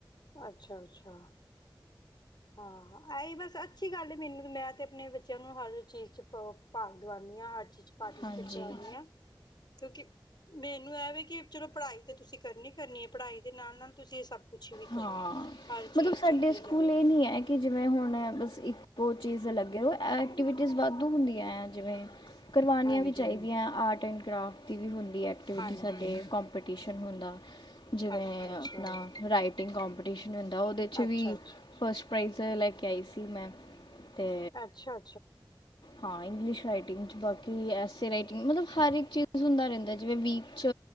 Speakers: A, on the left (about 60°); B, on the left (about 75°).
A: ਅੱਛਾ-ਅੱਛਾ। ਹਾਂ ਇਹ ਬਸ ਅੱਛੀ ਗੱਲ ਮੈਨੂੰ ਮੈਂ ਤੇ ਆਪਣੇ ਬੱਚਿਆਂ ਨੂੰ ਹਰ ਚੀਜ਼ ਚ ਪਾਓ ਭਾਗ ਦਿਵਾਉਦੀ ਹਾਂ। ਹਰ ਚੀਜ਼ ਪਾਰਟੀਸਪੇਟ
B: ਹਾਂਜੀ
A: ਕਰਾਨੀਂ ਹਾਂ, ਕਿਉਂਕਿ ਮੈਨੂੰ ਇਹ ਵੀ ਕਿ ਚਲੋ ਪੜ੍ਹਾਈ ਤੇ ਤੁਸੀਂ ਕਰਨੀ ਕਰਨੀ ਹੈ ਪੜ੍ਹਾਈ ਦੇ ਨਾਲ-ਨਾਲ ਤੁਸੀਂ ਇਹ ਸਭ ਕੁਛ ਵੀ
B: ਹਾਂ।
A: ਕਰੋ, ਹਰ
B: ਮਤਲਬ
A: ਚੀਜ਼
B: ਸਾਡੇ
A: ਚ ਅੱਗੇ
B: ਸਕੂਲ
A: ਜਾਓ।
B: ਇਹ ਨਹੀਂ ਹੈ ਕਿ ਜਿਵੇਂ ਹੁਣ ਬਸ ਇੱਕੋ ਚੀਜ਼ ਲੱਗੇ ਰਹੋ, ਐਕਟੀਵਿਟੀਜ਼ ਵਾਧੂ ਹੁੰਦੀਆਂ ਜਿਵੇਂ ਕਰਵਉਣੀਆਂ
A: ਹਾਂਜੀ
B: ਵੀ ਚਾਹੀਦੀਆਂ ਆਰਟ ਐਂਡ ਕਰਾਫਟ ਦੀ ਵੀ ਹੁੰਦੀ ਦੀ ਐਕਟੀਵਿਟੀ
A: ਹਾਂਜੀ
B: ਸਾਡੇ ਕੋਂਪਿਤਿਸ਼ਨ <inaudible> ਜਿਵੇਂ
A: ਹਾਂਜੀ ਅੱਛਾ
B: ਆਪਣਾ ਰਾਈਟਿੰਗ ਕੋਂਪੀਟੀਸ਼ਨ ਹੁੰਦਾ ਉਹਦੇ 'ਚ
A: ਅੱਛਾ
B: ਵੀ
A: ਅੱਛਾ
B: ਫਸਟ ਪ੍ਰਾਈਜ਼ ਲੈ ਕੇ ਕਈ ਸੀ ਮੈਂ ਤੇ
A: ਅੱਛਾ ਅੱਛਾ
B: ਹਾਂ ਇੰਗਲਿਸ਼ ਰਾਈਟਿੰਗ 'ਚ ਬਾਕੀ ਐਸੇ ਰਾਈਟਿੰਗ ਮਤਲਬ ਹਰ ਇੱਕ ਚੀਜ਼ ਹੁੰਦਾ ਰਹਿੰਦਾ ਜਿਵੇਂ ਵੀਕ 'ਚ